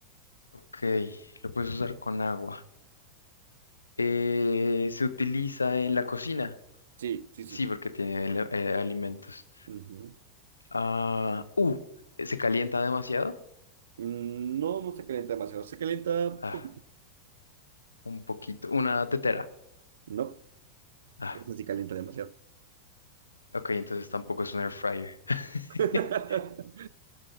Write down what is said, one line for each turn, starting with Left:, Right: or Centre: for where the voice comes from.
Left: ok, lo puedes usar con agua. Eh, se utiliza en la cocina.
Right: Sí, sí, sí.
Left: Sí, porque tiene ele- eh, alimentos.
Right: Ujú.
Left: Ah, uh, ¿se calienta demasiado?
Right: Mm, No, no se calienta demasiado, se calienta un
Left: Ah,
Right: poquito.
Left: un poquito, una tetera.
Right: No,
Left: Ah,
Right: eso sí calienta demasiado.
Left: ok, entonces tampoco es un air fryer. <laughs>
Right: <laughs>